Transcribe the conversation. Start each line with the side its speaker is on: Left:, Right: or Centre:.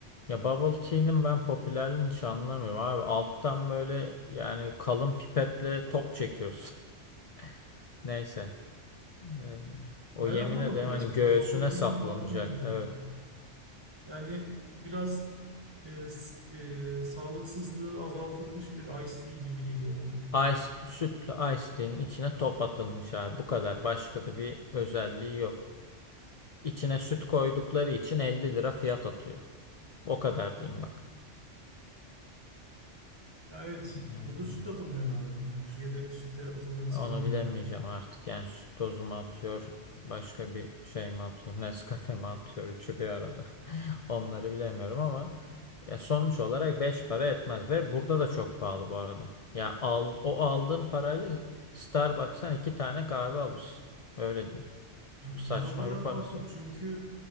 Left: Ya bubble tea'nin ben popülerliğini hiç anlamıyorum abi. Alttan böyle yani kalın pipetle top çekiyorsun. <laughs> Neyse. Ee, o
Right: Ben
Left: yemin
Right: anlamadım
Left: ederim
Right: gerçekten
Left: hani göğsüne
Right: bubble tea'nin
Left: saplanacak.
Right: farkı ne diye.
Left: Evet.
Right: Yani biraz e, s- e, sağlıksızlığı azaltılmış bir iced tea gibi geliyor bana.
Left: Ice, sütlü ice tea'nin içine top atılmış abi. Bu kadar. Başka da bir özelliği yok. İçine süt koydukları için 50 lira fiyat atıyor. O kadar diyeyim bak.
Right: Ya evet,
Left: Yani
Right: burada süt de atılmıyor galiba. Yani Türkiye'de sütte atıldığını
Left: evet.
Right: sanmıyorum.
Left: onu bilemeyeceğim artık. Yani süt tozu mu atıyor, başka bir şey mi atıyor, <laughs> Nescafe mi atıyor, üçü bir arada. <laughs> Onları bilemiyorum ama ya sonuç olarak 5 para etmez ve burada da çok pahalı bu arada. Ya al, o aldığın parayla Starbucks'tan iki tane kahve alırsın. Öyle diyeyim. Çok
Right: Bizde
Left: saçma
Right: o kadar
Left: bir parası
Right: fark yok
Left: var.
Right: çünkü